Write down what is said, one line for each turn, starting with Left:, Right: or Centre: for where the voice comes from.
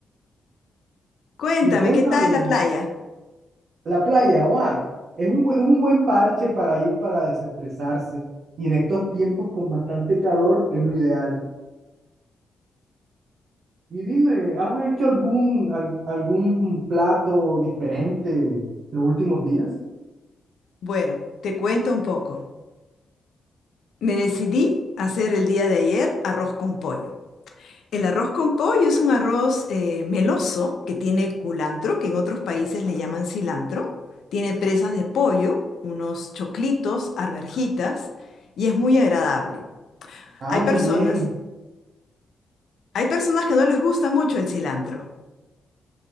Left: Cuéntame,
Right: Y cuéntame,
Left: ¿qué tal la playa?
Right: la playa, guau, es un buen, es un buen parche para ir para desestresarse. Y en estos tiempos con bastante calor es lo ideal. Y dime, ¿has hecho algún, al- algún plato diferente en los últimos días?
Left: Bueno, te cuento un poco. Me decidí a hacer el día de ayer arroz con pollo. El arroz con pollo es un arroz eh, meloso que tiene culantro, que en otros países le llaman cilantro. Tiene presas de pollo, unos choclitos, arvejitas, y es muy agradable.
Right: Ah,
Left: Hay
Right: muy
Left: personas,
Right: bien.
Left: hay personas que no les gusta mucho el cilantro.